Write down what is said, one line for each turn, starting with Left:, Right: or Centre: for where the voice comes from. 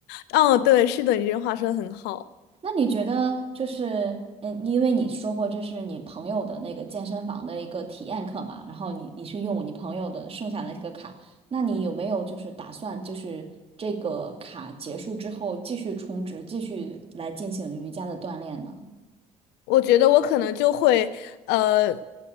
Left: 嗯，对，是的，你这句话说的很好。
Right: 那你觉得就是，嗯，因为你说过这是你朋友的那个健身房的一个体验课嘛，然后你你是用你朋友的剩下的一个卡，那你有没有就是打算就是这个卡结束之后继续充值，继续来进行瑜伽的锻炼呢？
Left: 我觉得我可能就会，呃，